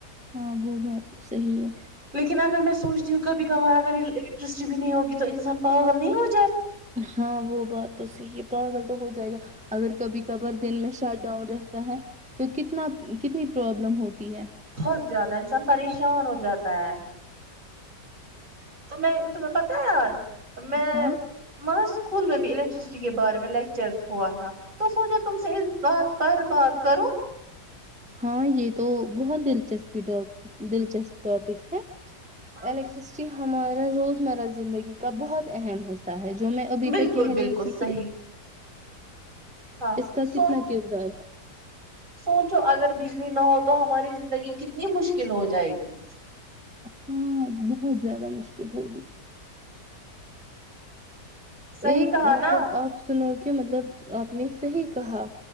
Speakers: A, in the centre; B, on the right (about 50°).
A: ہاں وہ بات تو صحی ہے
B: لیکن اگر میں سوچتی ہوں کبھی کبھار اگر یہ سرشٹی بھی نہیں ہوگی تو انسان پہوگل نہیں ہوگ
A: ہاں وہ بات تو صی پاگل تو ہو جائے گا اگر کبھی کبھار دن میں شٹ ڈاؤن رہتا ہے تو کتنا کتنی پروبلم ہو ہے
B: بہت زیادہ انسان پریشان ہو جاتا ہے تم تمہیں پتا آج میں
A: ہاں
B: مک اسکول میں بھی الیکٹرسٹی کے بارے میں لیکچر ہوا تھا تو سوچا تم سے اس بات پر بات کرو
A: ہاں یہ تو بہت دلچسپی ٹپ دلچسپ ٹاپک ہے
B: ہاں
A: الیکٹرسٹی ہمارا روز مرہ زندگی کا بہت اہم حصہ ہے جو جو میں ابھی
B: بالکل
A: تک کہہ
B: بالکل
A: رہی تھی
B: صحیح
A: کہ
B: ہاں
A: اس کا
B: سو
A: کتنا کردار ہے
B: سوچو اگر بجلی نہ ہو تو ہماری زندگی کتنی مشکل ہو جائے گی
A: ہاں بہت زیادہ مشکل ہوگی
B: صحیح
A: ایک
B: کہا
A: مطلب
B: نا
A: آپ سنو کہ مطلب آپ نے صحیح کہا